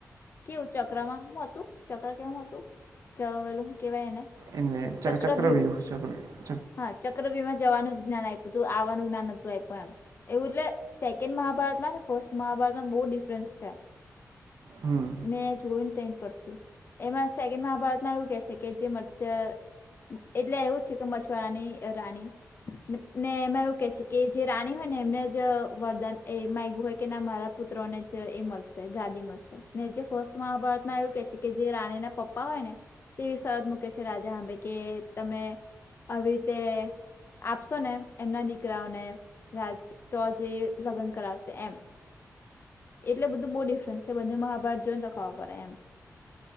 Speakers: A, on the left; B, on the right.
A: કેવું ચક્રમાં હું હતું? ચક્ર કેવું હતું? જવેલુ હું કેવાય એને?
B: એ
A: ચક્રવ્યૂહ
B: ચક્રવ્યુ ચક્રવ્યુહ.
A: હા ચક્રવહમાં જવાનું જ્ઞાન આપ્યું તું, આવવાનું જ્ઞાન નતું આપ્યું એમ. એવું એટલે સેકન્ડ મહાભારતમાં ફર્સ્ટ મહાભારતમાં બહુ ડિફરન્સ છે.
B: હમ
A: મેં જોયને ત પડતી. એમાં સેકન્ડ મહાભારતમાં એવું કે છે કે, જે મરતા એટલે એવું જ છે કે મછુવારાની રાણી ને એમાં એવું કે છે કે જે રાણી હોય ને એમને જ વરદાન એ માંગયું હોય કે મારા પુત્રોને જ એ મળશે ગાદી મળશે ને જે ફસ્ટ મહાભારતમાં એવું કે છે કે, જે રાણી ના પપ્પા હોય ને તેવી શરત મૂકે છે રાજા હંબે કે તમે આવી રીતે, આપશો ને એમના દીકરાઓને રાજ તો જે લગ્ન કરાવશે એમ. એટલે બધું બહુ ડિફરન્સ છે બને મહાભારત જોઈને તો ખબર પડે એમ.